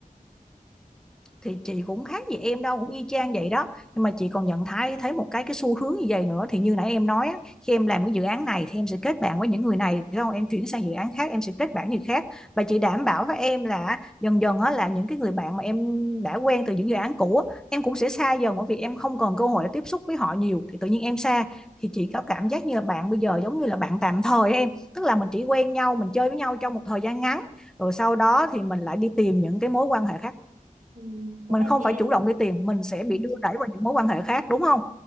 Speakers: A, in the centre; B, on the right.
A: thì chị cũng khác gì em đâu cũng y chang vậy đó nhưng mà chị còn nhận thấy thấy một cái cái xu hướng như vậy nữa thì như nãy em nói á, khi em làm cái dự án này thì em sẽ kết bạn với những người này đúng không em chuyển sang dự án khác em sẽ kết bạn người khác và chị đảm bảo với em là dần dần á, là những cái người bạn mà em đã quen từ những dự án cũ á, em cũng sẽ xa dần bởi vì em không còn cơ hội để tiếp xúc với họ nhiều thì tự nhiên em xa thì chị có cảm giác như là bạn bây giờ giống như là bạn tạm thời em tức là mình chỉ quen nhau mình chơi với nhau trong một thời gian ngắn rồi sau đó thì mình lại đi tìm những cái mối quan hệ khác
B: Ừ, cái
A: mình
B: này
A: không
B: thì em
A: phải chủ động đi tìm mình sẽ bị đưa đẩy vào những mối quan hệ khác đúng không